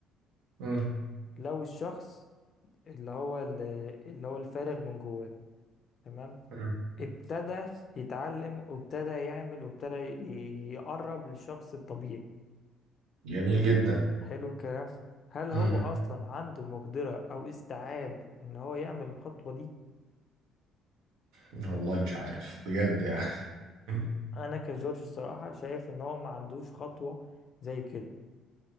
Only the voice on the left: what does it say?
لو الشخص اللي هو اللي, اللي هو الفارغ من جواه تمام
ابتدى يتعلم وابتدى يعمل وابتدى ي- يقرب للشخص الطبيعي
حلو الكلام هل
هو اصلا عنده مقدرة او استيعاب ان هو يعمل الخطوة دي
انا كجورج الصراحة شايف ان هو ما عندوش خطوة زي كده